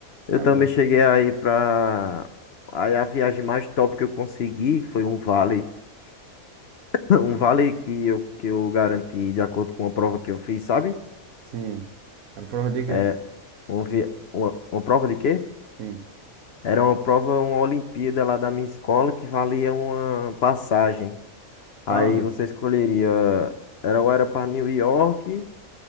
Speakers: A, on the left; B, on the right.
A: Eu
B: Mas
A: também
B: é bom.
A: cheguei aí pra. Aí a viagem mais top que eu consegui foi um vale. <laughs> Um vale que eu, que eu garanti de acordo com uma prova que eu fiz, sabe?
B: Sim. Era prova de quê?
A: É, um vi... uma, uma prova de quê?
B: Sim.
A: Era uma prova, uma Olimpíada lá da minha escola que valia uma passagem.
B: Pra
A: Aí
B: onde?
A: você escolheria. Era ou era para New York,